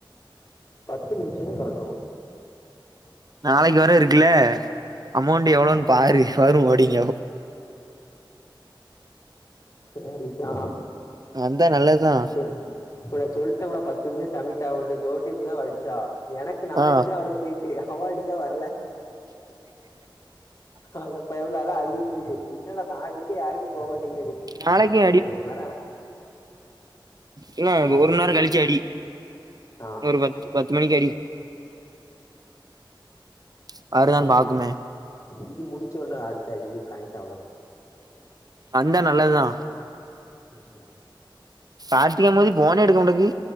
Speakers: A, on the left; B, on the right.
A: பத்து முடிச்சது காட்டு
B: நாளைக் வர இருக்குல்ல அமௌண்ட் எவ்ளோன்
A: ம்
B: பாரு வரு அடிங்க
A: செரிதா
B: வந்தா நல்லதுதா
A: செரி இப்ப நா சொல்ட்டே உள பத்து நிமி சமிட்ட ஆ ஜோட்டிதா வடிச்சா எனக்கு நா
B: ஆ
A: அடிச்சே அவளுக்கு பெயி ட்டு அவ அடிச்சா வர்ல அந்தப்பயபுள்ள அதாஅழுதிட்டு இருக்கு என்னட நான் அடி யாருக்கு போ மாட்டேங்கேது
B: நாளைக்கு
A: ஒ ஒரு மண் நேர
B: இல்ல அது
A: நாளைக்கு
B: ஒரு
A: அடிச்சிரு
B: நாள் கழிச்சு அடி
A: ஆ
B: ஒர் பத் பத்து மணிக் அடி <unintelligible>
A: இது முடிச்ச வுட்னே அடுத்த அடிக் கனெக்ட் ஆகுதா பா <inaudible>
B: வந்தா நல்லதுதா
A: <inaudible>
B: கார்த்திகா மோது ஃபோனே எடுக்க மடக்கு